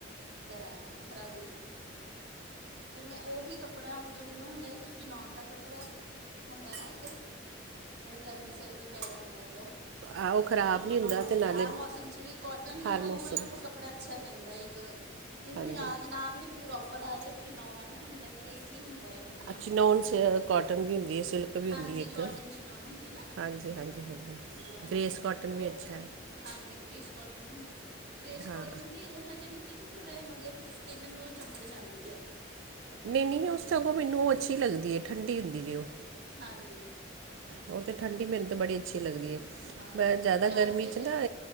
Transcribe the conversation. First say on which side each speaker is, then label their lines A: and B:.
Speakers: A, on the right; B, on the right.
A: ਕਰਾਂ ਖਰਾਬੀ। ਫ ਮੈਂ ਉਓਹੀ ਕੱਪੜਾ ਮਤਲਬ ਮੈਨੂੰ ਹੁੰਦਾ ਚਨਉਣ ਦਾ ਕੱਪੜਾ ਹੁੰਦਾ ਨਾ ਇੱਕ। ਜਿਹੜਾ ਗਰਮੀ ਸਰਦੀ ਪੈ ਜਾਂਦਾ ਹੈ ਆ।
B: ਹਾਂ ਉਹ ਖਰਾਬ
A: ਦੋਨਾਂ
B: ਨਹੀਂ ਹੁੰਦਾ
A: ਮੌਸਮ
B: ਤੇ ਨਾਲੇ
A: ਆਹ ਮੌਸਮ ਚ ਵੀ ਕੋਟਨ ਨਾਲੋਂ
B: ਹਰ ਮੌਸਮ
A: ਮਤਲਬ ਕੱਪੜਾ ਅੱਛਾ ਰਹਿੰਦਾ ਇੱਕ ਮੈਨੂੰ
B: ਹਾਂਜੀ
A: ਯਾਦ ਨਾਮ ਨੀ ਪੂਰਾ ਉਪਰ ਆ ਰਿਹਾ ਕਿ ਨੋਨ ਹੁੰਦਾ ਕਿ ਕੀ ਹੁੰਦਾ ਹੈ। ਉਹ ਨਾਮ
B: ਅੱਛੀ ਨੋਨ ਕਾਟਨ ਵੀ ਹੁੰਦੀ ਐ ਸਿਲਕ ਵੀ
A: ਹਾਂਜੀ
B: ਹੁੰਦੀ ਇੱਕ
A: ਕੋਟਨ ਚਿਨੋਨ ਹੁੰਦੀ ਨਾ
B: ਹਾਂਜੀ ਹਾਂਜੀ ਹਾਂਜੀ
A: ਹਾਂਜੀ
B: ਗ੍ਰੇਸ ਕੋਟਨ
A: ਉਹ
B: ਵੀ ਅੱਛਾ
A: ਹਾਂਜੀ ਗ੍ਰੇਸ ਕੋਟਨ ਹੁੰਦੀ ਗ੍ਰੇਸ
B: ਹਾਂ
A: ਕੋਟਨ ਵੀ ਹਜੇ ਨੀ। ਥੋੜ੍ਹਾ ਜਿਹਾ ਮਤਲਬ ਸਕਿੰਨ ਨੂੰ ਚੰਬੜ ਜਾਂਦੀ ਐ।
B: ਨਹੀਂ ਨਹੀਂ, ਓ ਸਗੋਂ ਮੈਨੂੰ ਉਹ ਅੱਛੀ ਲੱਗਦੀ ਐ ਠੰਡੀ ਹੁੰਦੀ ਜੀ ਓ।
A: ਹਾਂਜੀ,
B: ਉਹ ਤਾਂ ਠੰਡੀ ਮਿਹਨਤ ਬੜੀ ਅੱਛੀ ਲੱਗਦੀ ਐ
A: ਹਾਂ
B: ਬ ਜ਼ਿਆਦਾ
A: ਜਾਂ
B: ਗਰਮੀ
A: ਫਿਰ
B: 'ਚ ਨਾ